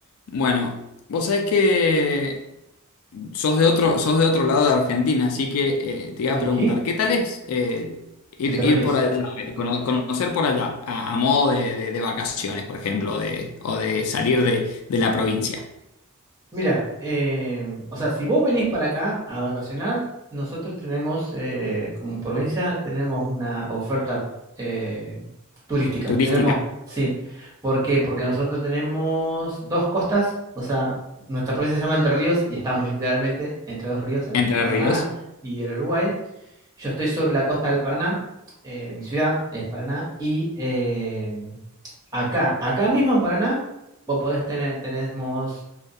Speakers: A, on the left; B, on the right.
A: Bueno, vos sabés que sos de otro, sos de otro lado de Argentina, así que eh, te
B: Sí,
A: iba a preguntar, ¿qué tal es eh, ir,
B: Entre
A: ir
B: Ríos.
A: por allá, eh, cono- conocer por allá, a, a modo de, de- de vacaciones, por ejemplo, de, o de salir de, de la provincia
B: Mira, eh, o sea, si vos venís para acá a vacacionar, nosotros tenemos, eh, como provincia, tenemos una oferta eh, turística.
A: turística,
B: Tenemos, sí. ¿Por qué? Porque nosotros tenemos dos costas, o sea, nuestra provincia se llama Entre Ríos y estamos literalmente entre dos ríos, entre
A: Entre
B: el Paraná
A: Ríos?
B: y el Uruguay. Yo estoy sobre la costa del Paraná, eh, mi ciudad es Paraná, y eh, acá, acá mismo en Paraná, vos podés tener, tenemos